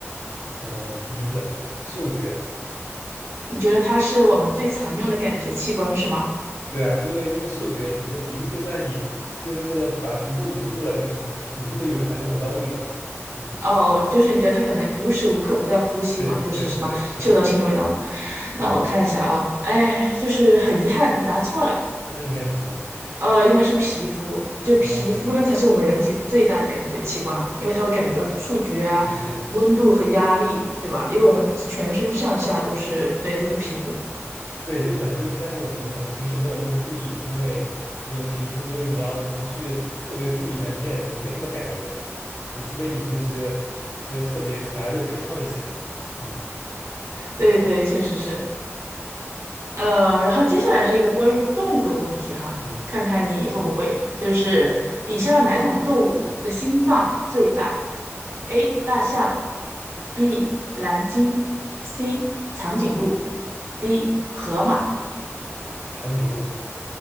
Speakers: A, on the left; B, on the right.
A: 嗯，呃鼻子嗅觉，
B: 你觉得它是我们最常用的感觉器官是吗？
A: 对啊，因为那个嗅觉，你这鼻子就算你就是那个把鼻子捂住了，就是 <laughs> 堵住了，有时候还能闻到味道。嗯，
B: 哦，就是你觉得它可能无时无刻不在呼吸嘛，
A: 对对对，
B: 就是什么嗅到新的味道嘛。
A: 是的，
B: 那我看一下啊，哎，就是很遗憾，你答错了。
A: 那应该是什么？
B: 呃，应该是皮肤，
A: <laughs>
B: 就皮肤呢才是我们人体最大的感觉器官，
A: 哦，
B: 因为它会感觉到触觉啊、
A: 对对是，
B: 温度和压力，对吧？因为我们全身上下都是，对，都是皮肤。
A: 对，就可能就是，但是我们可能平时没有那么注意，因为这个皮肤就是你要不去特别注意一下，你也没什么感觉，除除非你去这个这个特别去拿热水烫一下。<laughs> 嗯
B: 对对，确实是。呃，然后接下来是一个关于动物的问题哈，
A: 嗯，
B: 看看你会不会，就是以下哪种动物的心脏最大？A. 大象，B. 蓝鲸，C. 长颈鹿，D. 河马。
A: 长颈鹿，